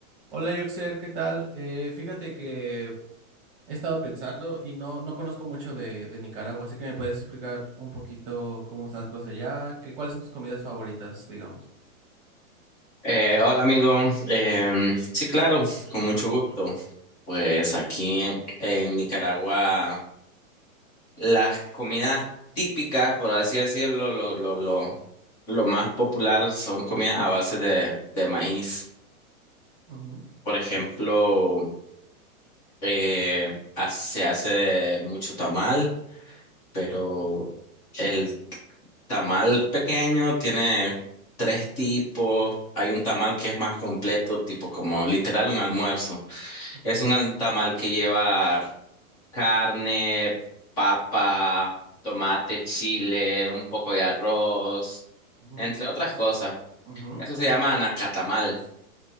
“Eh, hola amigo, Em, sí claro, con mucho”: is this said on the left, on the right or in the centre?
Left